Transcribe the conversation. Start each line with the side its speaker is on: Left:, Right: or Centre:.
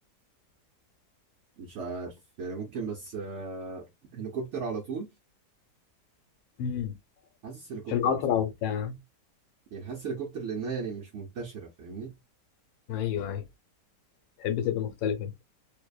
Right: مش عارف يعني ممكن بس أه... هليكوبتر على طول
Left: امم
Right: حاسس هليكوبتر
Left: عشان اسرع
Right: بصراحه
Left: وبتاع
Right: يعني حاسس هليكوبتر لانها يعني مش منتشره فاهمني
Left: ايوه ايوه تحب تبقى مختلف انت